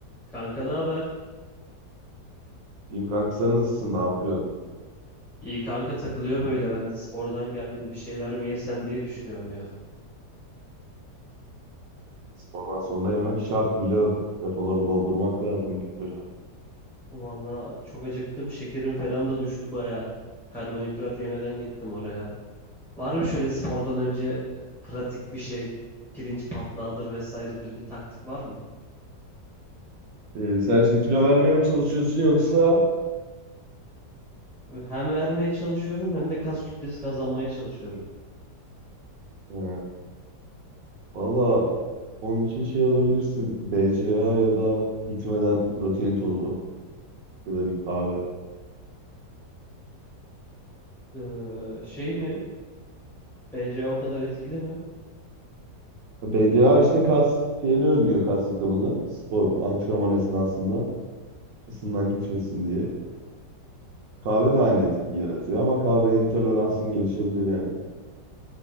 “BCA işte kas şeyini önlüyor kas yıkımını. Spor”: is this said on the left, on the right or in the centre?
Right